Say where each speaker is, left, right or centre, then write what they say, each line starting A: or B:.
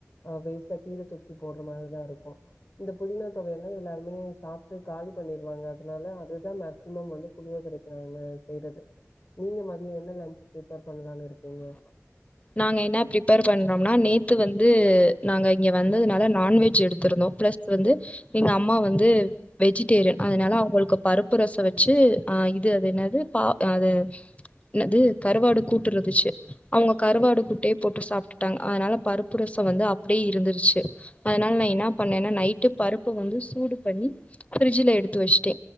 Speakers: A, on the left; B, on the left.
A: ஆ வேஸ்ட்டா கீழ தூக்கி போடுற மாரிதா இருக்கு இந்த புதினா தொவையல்னா எல்லாருமே சாப்பிட்டு காலி பண்ணிருவாங்க அதனால அதுதா மேக்சிமம் வந்து புளியோதரைக்கு நாங்க செய்யறது நீங்க மதியோ என்ன லன்ச் ப்ரிப்பேர் பண்ணலானு இருக்கீங்க
B: நாங்க என்ன ப்ரிப்பேர் பண்றோம்ன்னா நேத்து வந்து நாங்க இங்கே வந்ததுனால நான்வெஜ் எடுத்திருந்தோ ப்ளஸ் ஸ் வந்து எங்க அம்மா வந்து வெஜிடேரியன் அதனால அவங்களுக்கு பருப்பு ரசோ வச்சு ஆ இது அது என்னது பா அது என்னது கறுவாடு கூட்டுருந்துச்சு கருவாடு குட்டயே போட்டு சாப்புட்டுட்டாங்க அதனால பருப்புரசோ வந்து அப்டியே இருந்துருச்சு அதனால நான் என்னா பண்ணேன்னா நைட்டு பருப்ப வந்து சூடு பண்ணி பிரிட்ஜல எடுத்து வச்சுட்டே